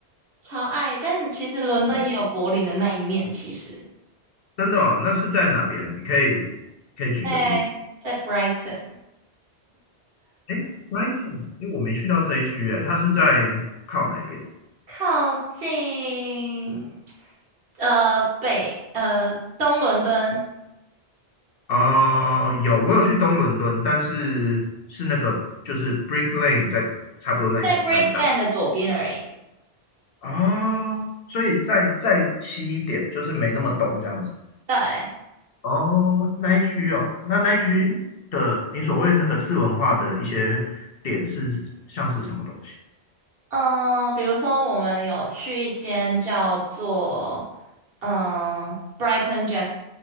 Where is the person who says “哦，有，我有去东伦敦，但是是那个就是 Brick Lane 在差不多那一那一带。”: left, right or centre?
Left